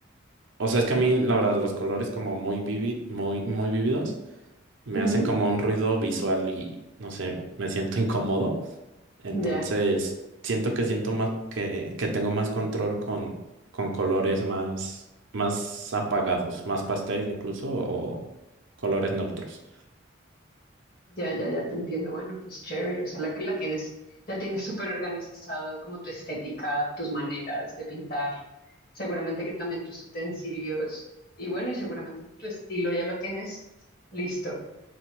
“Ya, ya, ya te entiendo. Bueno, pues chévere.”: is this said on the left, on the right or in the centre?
Left